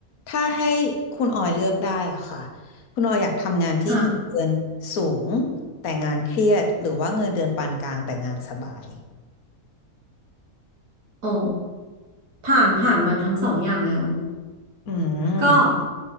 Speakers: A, on the left (about 65°); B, on the right (about 85°).
A: ถ้าให้คุณออยเลือกได้อ่ะค่ะคุณออยอยากทำงานที่เงินเดือนสูง
B: ค่ะ
A: แต่งานเครียดหรือว่าเงินเดือนปานกลางแต่งานสบาย
B: อ๋อผ่านผ่านมาทั้งสองอย่างแล้ว
A: อืม
B: ก็